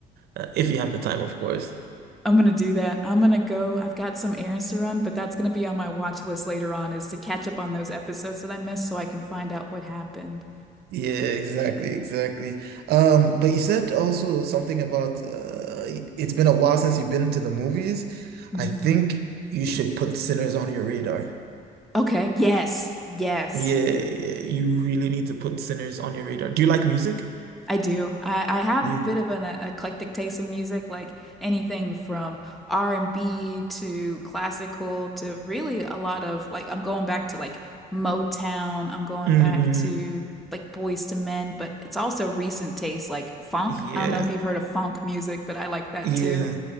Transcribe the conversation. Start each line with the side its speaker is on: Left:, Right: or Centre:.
Right: uh, if you have the time, of course.
Centre: I'm gonna do that. I'm gonna go. I've got some errands to run, but that's gonna be on my watch list later on is to catch up on those episodes that I missed so I can find out what happened.
Right: Yeah, exactly, exactly. Um, but you said also something about uh, it's been a while since you've been to the movies.
Centre: hmm
Right: I think you should put Sinners on your radar.
Centre: Okay. Yes. Yes.
Right: Yeah, you really need to put Sinners on your radar. Do you like music?
Centre: I do. I, I have
Right: Yeah.
Centre: a bit of an uh, eclectic taste in music, like anything from R&B to classical to really a lot of like I'm going back to like Motown, I'm going
Right: Mm-mm.
Centre: back to like Boys to Men, but it's also recent taste like funk.
Right: Yeah.
Centre: I don't know if you've heard of funk music, but I like that
Right: Yeah.
Centre: too.